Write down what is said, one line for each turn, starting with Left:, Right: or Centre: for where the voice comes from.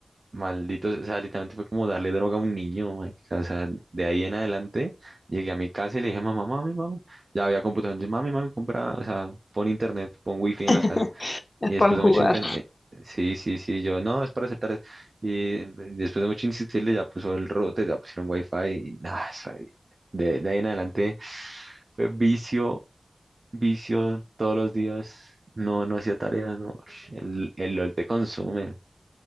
Right: malditos, o sea, literalmente fue como darle droga a un niño, marica, O sea, de ahí en adelante llegué a mi casa y le dije, mamá, mami, mami, ya había computador, entonces, mami, mami, compra, o sea, pon internet, pon wifi
Left: <laughs>
Right: en la casa.
Left: Es
Right: Y
Left: para
Right: después de
Left: jugar.
Right: mucho intentar, sí, sí, sí, yo, no, es para hacer tareas. Y eh, después de mucho insistirle, ya puso el router, ya pusieron wifi y nada, eso ahí. de, de ahí en adelante fue vicio, vicio todos los días. No, no hacía tareas, no. El, el LOL te consume.